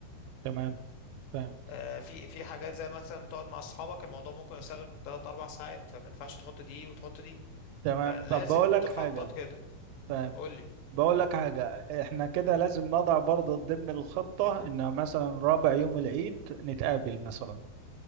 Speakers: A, on the right; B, on the left.
A: تمام فاهم
B: آه، في في حاجات زي مثلا تقعد مع اصحابك الموضوع ممكن يستغرق 3 4 ساعات فما ينفعش تحط دي وتحط دي
A: تمام
B: فلازم
A: طب بقول لك
B: تخطط
A: حاجة
B: كده
A: فاهم
B: قول لي
A: بقول لك حاجة احنا كده لازم نضع برضه ضمن الخطة ان مثلا رابع يوم العيد نتقابل مثلا